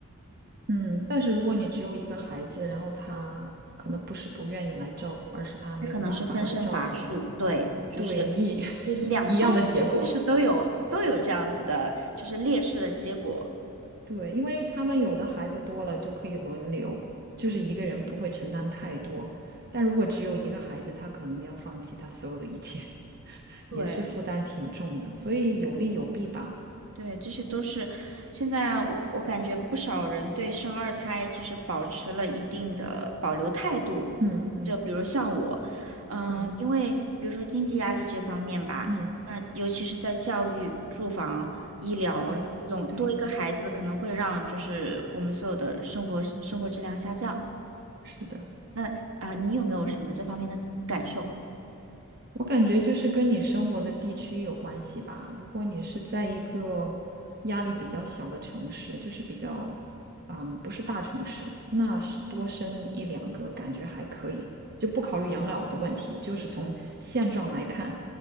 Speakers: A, on the right; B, on the right.
A: 嗯，但是如果你只有一个孩子，然后他可能不是不愿意来照顾，而是他没有办法来照顾，
B: 那可能是分身乏术，对，就是就是两方其实都有都有这样子的，
A: 对你也 <laughs> 一一样的结果。
B: 就是劣势的结果。
A: 对，因为他们有的孩子多了就可以轮流，就是一个人不会承担太多。
B: 嗯，
A: 但如果只有一个孩子，他可能要放弃他所有的一切，<laughs>
B: 对
A: 也是负担挺重的。所以有利有弊吧。
B: 对，这些都是现在我我感觉不少人对生二胎其实保持了一定的保留态度，
A: 嗯嗯
B: 就比如像我，嗯、
A: 嗯
B: 因为比如说经济压力这方面吧，
A: 嗯，
B: 那尤其是在教育、住房、医疗这种多一个孩子可能会让就是我们所有的生活生活质量下降。
A: 对对，是的。
B: 那啊，你有没有什么这方面的感受？
A: 我感觉就是跟你生活的地区有关系吧。如果你是在一个压力比较小的城市，就是比较，嗯，不是大城市，那是多生一两个感觉还可以，就不考虑养老的问题，就是从现状来看，